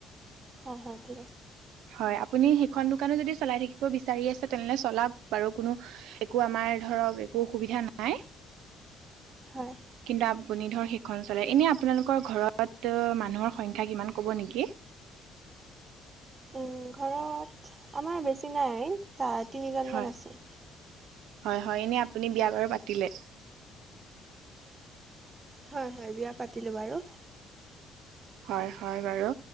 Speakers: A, on the right; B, on the right.
A: হয়, হয়, ঠিক
B: হয়, আপুনি সিখন দোকানো যদি চলাই থাকিব বিচাৰি আছে, তেনেহ'লে চলাওঁক বাৰু কোনো একো আমাৰ ধৰক একো অসুবিধা নাই,
A: হয়
B: কিন্তু <unintelligible> আপুনি ধৰ সেইখন চলে এনে আপোনালোকৰ ঘৰত মানুহৰ সংখ্যা কিমান ক'ব নেকি?
A: উম, ঘৰত আমাৰ বেছি নাই, তিনিজনমান
B: হয়
A: আছে।
B: হয়, হয়, এনে আপুনি বিয়া বাৰু পাতিলে?
A: হয়, হয়, বিয়া পাতিলোঁ বাৰু।
B: হয়, হয়, বাৰু